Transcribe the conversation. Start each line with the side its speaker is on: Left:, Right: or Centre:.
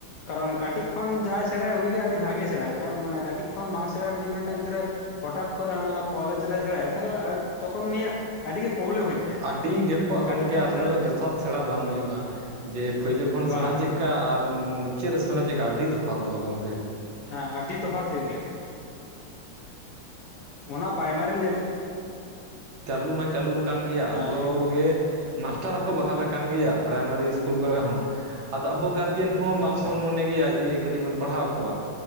Left: ᱠᱟᱨᱚᱱ ᱠᱟᱹᱴᱤᱡ ᱠᱷᱚᱱ ᱡᱟᱦᱟᱸᱭ ᱥᱮᱬᱟᱭᱟ ᱩᱱᱤᱜᱮ ᱟᱹᱰᱤ ᱵᱷᱟᱜᱮᱭ ᱥᱮᱬᱟᱭᱟ ᱢᱟᱱᱮ ᱠᱟᱹᱴᱤᱡ ᱠᱷᱚᱱ ᱵᱟᱝ ᱥᱮᱬᱟ ᱠᱟᱛᱮ ᱡᱩᱫᱤ ᱢᱤᱫᱴᱟᱝ ᱜᱤᱫᱽᱨᱟᱹ ᱦᱚᱴᱟᱛ ᱠᱚᱨᱮ ᱦᱟᱱᱟ ᱠᱚᱞᱮᱡᱽ ᱨᱮᱭ ᱥᱮᱬᱟᱭᱟ ᱛᱟᱦᱚᱞᱮ ᱛᱚᱠᱷᱚᱱ ᱩᱱᱤᱭᱟᱜ ᱟᱹᱰᱤ ᱜᱮ ᱯᱨᱚᱵᱽᱞᱮᱢ ᱦᱩᱭᱩᱜ ᱛᱟᱭᱟ
Right: ᱟᱹᱰᱤ ᱜᱮᱯᱚᱜ
Left: ᱡᱩᱫᱤ
Right: ᱟ ᱜᱚᱢᱠᱮ
Left: ᱠᱟᱹᱴᱤᱡ ᱠᱷᱚᱱᱮ
Right: ᱟᱨ
Left: ᱥᱮᱬᱟ
Right: ᱩᱱᱟᱹᱜ ᱡᱚᱛ ᱛᱷᱟᱛ ᱥᱮᱬᱟ ᱵᱟᱝ ᱦᱩᱭᱩᱜ-ᱟ ᱡᱮ ᱯᱳᱭᱞᱳ ᱠᱷᱚᱱ ᱥᱮᱬᱟ
Left: ᱵᱟᱝ
Right: ᱪᱮᱫᱠᱟ ᱟᱨ ᱩ ᱪᱮᱫ ᱨᱮ ᱥᱮᱬᱟ ᱪᱮᱠᱟᱜ-ᱟ ᱟᱹᱰᱤ ᱛᱚᱯᱷᱟᱛᱚᱜ-ᱟ ᱜᱚᱢᱠᱮ
Left: ᱦᱮᱸ ᱟᱹᱰᱤ ᱛᱚᱯᱷᱟᱛ ᱦᱩᱭᱩᱜ ᱜᱮᱭᱟ ᱛᱚ ᱚᱱᱟ ᱯᱨᱟᱭᱢᱟᱨᱤ ᱞᱮᱵᱮᱞ
Right: ᱪᱟᱞᱩ ᱢᱟ ᱪᱟᱞᱩ ᱠᱟᱱ ᱜᱮᱭᱟ
Left: ᱦᱮᱸ
Right: ᱟᱵᱚᱜᱮ
Left: ᱞᱟᱹᱭᱵᱤᱱ
Right: ᱢᱟᱥᱴᱟᱨ ᱦᱚᱸᱠᱚ ᱵᱟᱦᱟᱞ ᱟᱠᱟᱱ ᱜᱮᱭᱟ ᱯᱨᱟᱭᱢᱟᱨᱤ ᱤᱥᱠᱩᱞ ᱠᱚᱨᱮ ᱦᱚᱸ ᱟᱫᱚ ᱟᱵᱩ ᱜᱟᱨᱡᱮᱱ ᱦᱚᱸ ᱵᱟᱝ
Left: ᱟᱪᱪᱷᱟ
Right: ᱵᱚᱱ ᱢᱚᱱᱮ ᱜᱮᱭᱟ ᱡᱮ ᱠᱟᱹᱴᱤᱡ ᱵᱚᱱ ᱯᱟᱲᱦᱟᱣ ᱠᱚᱣᱟ